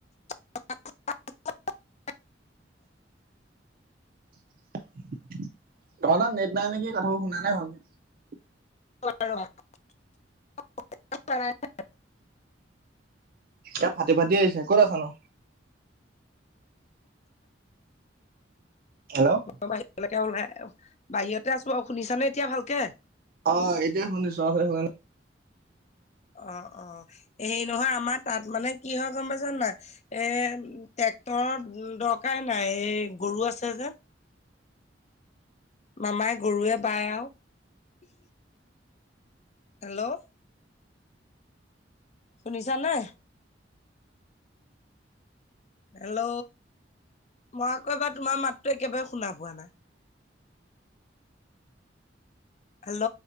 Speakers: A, on the left (about 35°); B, on the right (about 50°).
A: <inaudible>
B: তোমাৰ তাত নেট নাই নেকি? কথাবোৰ শুনা নাই ভালকে।
A: <unintelligible>
B: এ ফাটি ফাটি আহিছে ক'ত আছ নো।
A: <unintelligible>
B: হেল্ল'
A: বাহিৰলৈকে ওলাই <unintelligible> বাহিৰতে আছোঁ আৰু শুনিছানে এতিয়া ভালকে?
B: অ', এতিয়াই শুনিছোঁ! অঠনী শুনা না
A: অ, অ, হেৰি নহয় আমাৰ তাত মানে কি হয় গম পাইছানে নাই এ ট্ৰেক্টৰৰ দৰকাৰ নাই, এই গৰু আছে যে। মামাই গৰুৱে বায় আৰু। হেল্ল', শুনিছা নে নাই? হেল্ল', মই আকৌবাৰ তোমাৰ মাতটোো একেবাৰে শুনা পোৱা নাই। হেল্ল'